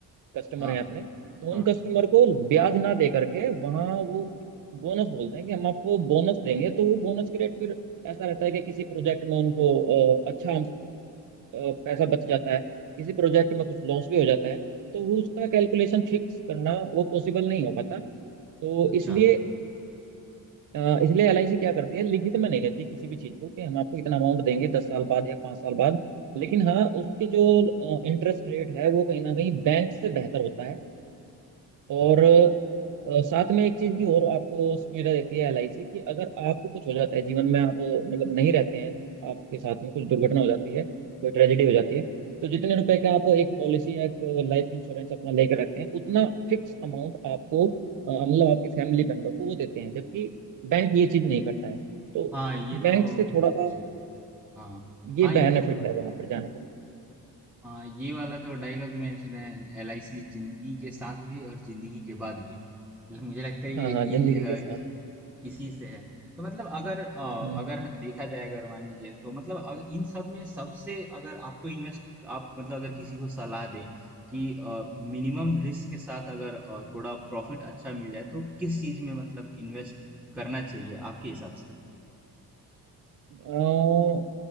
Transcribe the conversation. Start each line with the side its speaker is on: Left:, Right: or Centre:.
Right: कस्टमर
Centre: हाँ
Right: हैं अपने तो
Centre: हाँ
Right: उन कस्टमर को ब्याज ना दे करके वहाँ वो बोनस बोलते हैं कि हम आपको बोनस देंगे तो वो बोनस के रेट फिर ऐसा रहता है कि किसी प्रोजेक्ट में उनको अ, अच्छा अ, पैसा बच जाता है किसी प्रोजेक्ट में कुछ लॉस भी हो जाता है तो वो उसका कैलकुलेशन फिक्स करना वो पॉसिबल नहीं हो पाता तो
Centre: अच्छा
Right: इसलिए अ, इसलिए एलआईसी क्या करती है लिखित में नहीं रहती किसी भी चीज़ को कि हम आपको इतना अमाउंट देंगे दस साल बाद या पाँच साल बाद लेकिन हाँ उसकी जो इंटरेस्ट रेट है वो कहीं ना कहीं बैंक से बेहतर होता है
Centre: अच्छा
Right: और अ, साथ में एक चीज की और आपको सुविधा देती है एलआईसी कि अगर आपको कुछ हो जाता है जीवन में आप अ, मतलब नहीं रहते हैं आपके साथ में कुछ दुर्घटना हो जाती है कोई ट्रेजेडी हो जाती है तो जितने रुपए का आप एक पॉलिसी या एक लाइफ इंश्योरेंस अपना लेकर रखते हैं उतना फिक्स अमाउंट आपको अ, मतलब आपके फैमिली मेंबर को वो देते हैं जबकि बैंक ये चीज नहीं करता है तो
Centre: हाँ ये
Right: बैंक
Centre: तो
Right: से
Centre: मैंने
Right: थोड़ा सा
Centre: सुना हाँ
Right: ये
Centre: हाँ ये-
Right: बेनिफिट है वहां पर जाने का
Centre: हाँ ये वाला तो डायलॉग मैंने सुना है एल आई सी जिंदगी के साथ भी और जिंदगी के बाद भी मतलब मुझे लगता है ये
Right: हाँ हाँ
Centre: इ,
Right: जिंदगी
Centre: अ,
Right: के साथ
Centre: इ, इसी से है तो मतलब अगर अ,
Right: हम्म
Centre: अगर देखा जाए अगर मान लीजिए तो मतलब अग- इन सब में सबसे अगर आपको इन्वेस्ट आप मतलब अगर किसी को सलाह दें कि मिनिमम रिस्क के साथ अगर अ, थोड़ा प्रॉफिट अच्छा मिल जाए तो किस चीज में मतलब इन्वेस्ट करना चाहिए आपके हिसाब से
Right: अ,